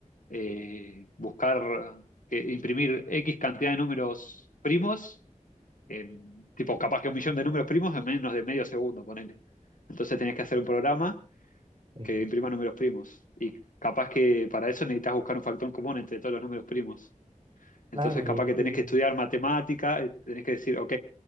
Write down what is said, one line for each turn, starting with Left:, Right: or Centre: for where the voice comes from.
Left: eh, buscar eh, imprimir X cantidad de números primos, en- tipo capaz que un millón de números primos en menos de medio segundo, ponele. Entonces tenías que hacer un programa
Right: Sí.
Left: que imprima números primos. Y capaz que para eso necesitas buscar un factor común entre todos los números primos.
Right: Claro,
Left: Entonces,
Right: y
Left: capaz
Right: ahí
Left: que
Right: sí,
Left: tenés que
Right: sí.
Left: estudiar matemática, eh, tenés que decir, ok,